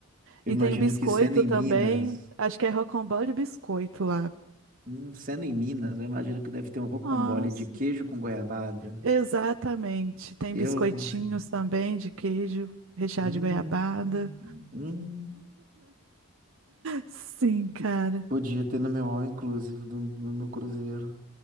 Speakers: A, on the right; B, on the right.
A: Eu
B: E
A: imagino
B: tem biscoito
A: que sendo em
B: também.
A: Minas.
B: Acho que é rocambole e biscoito lá.
A: Hum, Sendo em Minas, eu imagino que deve ter um rocambole
B: Nossa,
A: de queijo com goiabada.
B: exatamente. Tem
A: Eu
B: biscoitinhos
A: consigo.
B: também de queijo, recheado
A: Hum,
B: de goiabada.
A: hum.
B: Sim, cara.
A: Podia ter no meu all inclusive do, do meu cruzeiro.